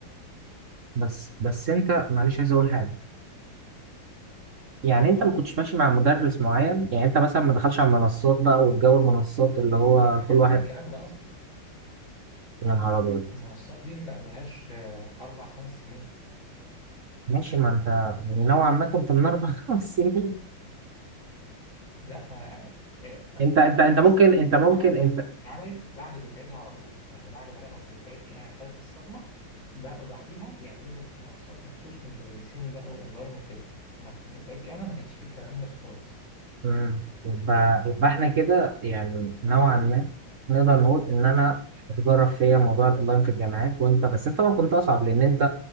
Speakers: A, on the right; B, on the left.
A: بس بس انت معلش عايز اقول حاجه يعني انت
B: فما
A: ما كنتش ماشي مع مدرس معين يعني انت مثلا ما دخلش على المنصات بقى والجو المنصات اللي هو
B: كانش
A: كل واحد
B: فيه الكلام ده أصلا
A: يا نهار ابيض
B: المنصات دي ما بقى لهاش آه أربع خمس سنين
A: ماشي ما انت يعني نوعا ما كنت من اربع <laughs> خمس سنين
B: لا آه، آه، آه،
A: انت انت
B: فكرة
A: انت
B: المنصات
A: ممكن
B: دي
A: انت
B: اتعملت
A: ممكن انت
B: اتعملت بعد دفعتي على طول يعني بعد ما لقوا إن دفعتي أنا خدت الصدمة بقوا بعديها يعملوا منصات مخصوص للمدرسين بقى وأونلاين وكده أمال في دفعتي أنا ما كانش فيه الكلام ده خالص
A: مم. يبقى يبقى احنا كده يعني نوعا ما نقدر نقول ان انا اتجرب فيا موضوع الاونلاين في الجامعات وانت بس انت طبعا كنت اصعب لان انت